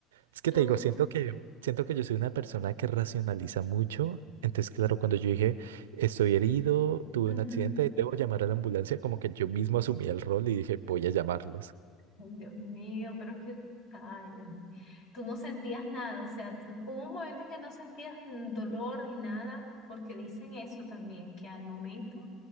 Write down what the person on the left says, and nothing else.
Tú
no.
Ay, Dios mío, pero es que, ay, Dios, tú no sentías nada, o sea, tú- hubo un momento en que no sentías mm, dolor ni nada, porque dicen eso también, que al momento